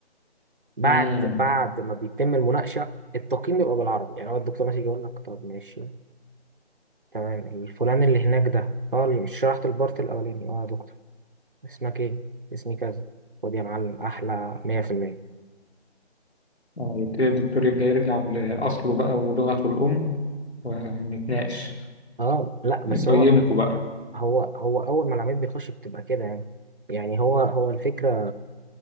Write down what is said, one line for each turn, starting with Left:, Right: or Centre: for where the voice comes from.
Right: بعد
Left: امم
Right: بعد ما بيتم المناقشه التقييم بيبقى بالعربي يعني هو الدكتور مثلا يجي يقول لك طب ماشي تمام الفلان اللي هناك ده اه اللي مش شرحت البارت الاولاني اه يا دكتور اسمك ايه اسمي كذا خد يا معلم احلى 100%
Left: يبتدي الدكتور يرجع يرجع لأصله بقى ولغته الأم ونتناقش
Right: اه لا بس
Left: نقيمكم
Right: هو
Left: بقى
Right: هو هو اول ما العميل بيخش بتبقى كده يعني يعني هو هو الفكره